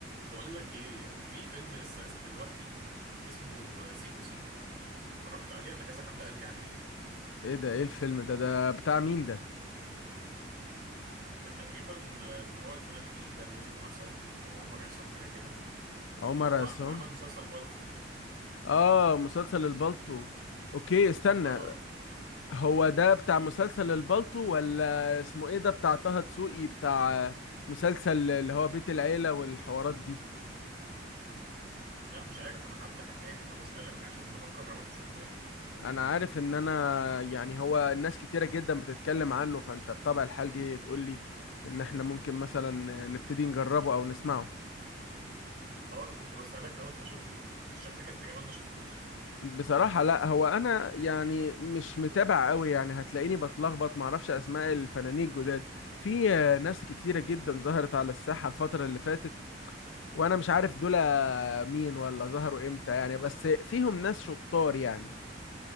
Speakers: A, on the right; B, on the left.
A: بقول لك ايه في فيلم لسه نازل دلوقتي اسمه سيكو سيكو اتفرجت عليه انا كذا حد قال لي عليه يعني
B: ايه ده ايه الفيلم ده ده بتاع مين ده
A: تقريبا اللي هو الفنان الجديد ده اللي اسمه عصام او عمر عصام حاجه كده
B: عمر
A: اللي هو
B: عصام
A: كان عمل مسلسل بالطو
B: اه مسلسل البالتو اوكي استنى
A: اه
B: هو ده بتاع مسلسل البالتو ولا اسمه ايه ده بتاع طه دسوقي بتاع مسلسل اللي هو بيت العيلة والحوارات دي
A: لا مش عارف انا حد حكى لي فبسالك عشان بفكر اروح اشوفه يعني
B: انا عارف ان انا يعني هو الناس كتيرة جدا بتتكلم عنه فانت بطبع الحال جاي تقول لي ان احنا ممكن مثلا نبتدي نجربه او نسمعه
A: اه انا كنت بسالك لو انت شفته بس شكلك انت كمان ما شفتوش يعني
B: بصراحة لا هو أنا يعني مش متابع قوي يعني هتلاقيني بتلخبط معرفش أسماء الفنانين الجداد في آه، ناس كتيرة جدا ظهرت على الساحة الفترة اللي فاتت وأنا مش عارف دول مين ولا ظهروا إمتى يعني بس فيهم ناس شطار يعني